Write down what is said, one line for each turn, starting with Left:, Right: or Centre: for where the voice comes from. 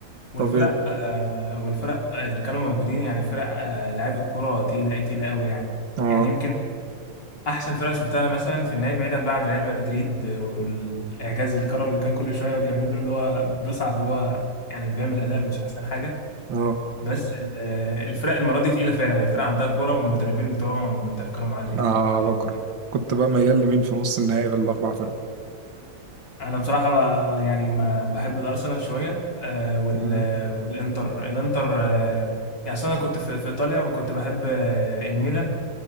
Left: والفرق
Right: طب ايه
Left: آه والفرق اللي كانوا موجودين يعني فرق آه لعيبه كوره تقيله ايه تقيله قوي يعني
Right: اه
Left: يعني يمكن احسن فرق شفتها مثلا في النهائي بعيدا بقى عن ريال مدريد والاعجاز الكروي اللي كان كل شويه يقعد يعمله اللي هو بيصعد وهو يعني بيعمل اداء مش احسن حاجه
Right: اه
Left: بس ال- آه، الفرق المره دي تقيله فعلا الفرق عندها كوره والمدربين بتوعهم تفكيرهم عالي
Right: اه
Left: جدا
Right: بكره
Left: يعني
Right: كنت بقى ميال لمين في نص النهائي بالاربع فرق
Left: انا بصراحه بقى يعني ما بحب الارسنال شويه آه وال
Right: مم.
Left: والانتر الانتر آه يعني أصل انا كنت في, في ايطاليا كنت بحب آه الميلان